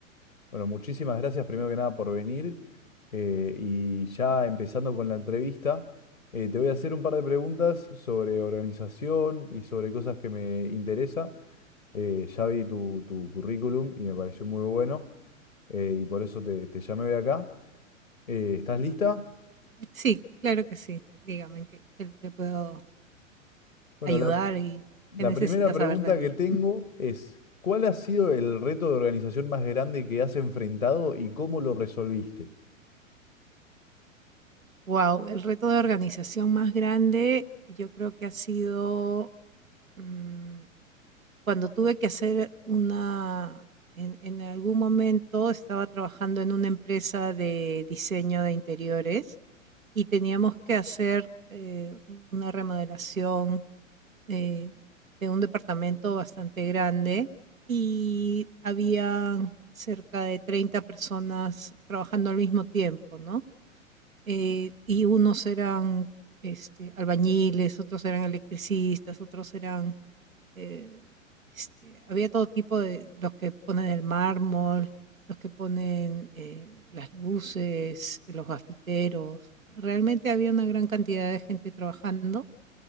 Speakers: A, on the left; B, on the right.
A: Bueno, muchísimas gracias primero que nada por venir. eh, y ya empezando con la entrevista, eh, te voy a hacer un par de preguntas sobre organización y sobre cosas que me interesa. Eh, ya vi tu, tu currículum y me pareció muy bueno eh, y por eso te, te llamé hoy acá. Eh, ¿estás lista?
B: Sí, claro que sí. Dígame en qué qué le puedo
A: Bueno,
B: ayudar
A: la,
B: y
A: La
B: qué necesita
A: primera pregunta
B: saber de mí.
A: que tengo es, ¿cuál ha sido el reto de organización más grande que has enfrentado y cómo lo resolviste?
B: Wow, el reto de organización más grande yo creo que ha sido mm, cuando tuve que hacer una, en, en algún momento estaba trabajando en una empresa de diseño de interiores y teníamos que hacer eh, una remodelación eh, de un departamento bastante grande y había cerca de 30 personas trabajando al mismo tiempo, ¿no? Eh, y unos eran este, albañiles, otros eran electricistas, otros eran eh, este, había todo tipo de, los que ponen el mármol, los que ponen eh, las luces, los gafiteros. Realmente había una gran cantidad de gente trabajando